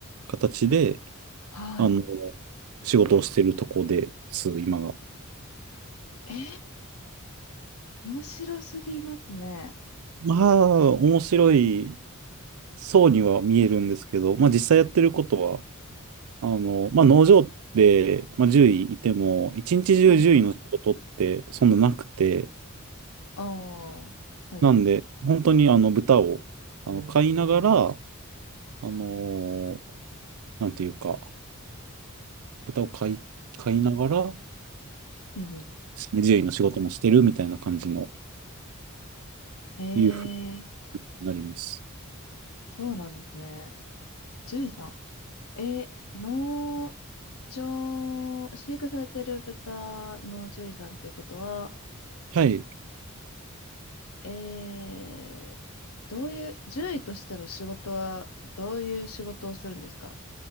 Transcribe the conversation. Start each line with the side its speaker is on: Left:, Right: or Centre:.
Right: 形で、
Left: はい。
Right: あの、仕事をしてるとこです、今が。
Left: えー、面白すぎますね。
Right: まあ、面白いそうには見えるんですけど、まあ、実際やってることは、あの、まあ、農場でまあ、獣医いいても、一日中獣医の仕事ってそんななくて、
Left: はい。おー、はい。
Right: なんで、本当にあの豚をあの飼いながら、あのーなんていうか、豚を飼い、飼いながら、
Left: うんう
Right: 獣医の仕事もしてるみたいな感じの、
Left: ん。えー、
Right: いうふうになります。
Left: そうなんですね。ジュイさん。えー、農場、飼育されてる豚の獣医さんっていうことは、
Right: はい。
Left: えどういう、獣医としての仕事は、どういう仕事をするんですか